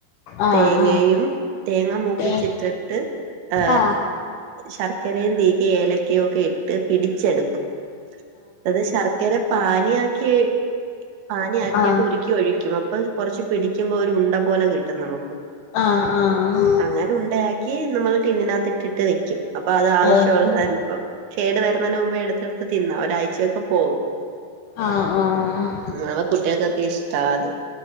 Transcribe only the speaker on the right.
തേങ്ങയും,
തേങ്ങ മൂപ്പിച്ചിട്ടിട്ട്
ആ
ശർക്കരയും <unintelligible> ഏലക്കയും ഒക്കെ ഇട്ട് പിടിച്ചെട്ക്കും. അത് ശർക്കര പാനീയാക്കി പാനിയാക്കിട്ട്
ഉര് ക്യു ഒഴിക്യും അപ്പൊ കൊറച്ച് പിടി ക്യുമ്പോ ഒര് ഉണ്ട പോലെ കിട്ടും നമുക്ക്.
അങ്ങനെ ഉണ്ടയാക്കി നമ്മള് ടിന്നിനത്തിട്ടിണ്ട് വെക്യും അപ്പൊ അത് ആവശ്യള്ളപ്പം
കേട് വരുന്നതിന് മുൻ എട്ത്തെട്ത്ത് തിന്ന ഒരാഴ്ചയൊക്കെ പോവും.
ന്നാമത് കുട്ട്യാൾക്കൊക്കെ ഇഷ്ടവാ അത്.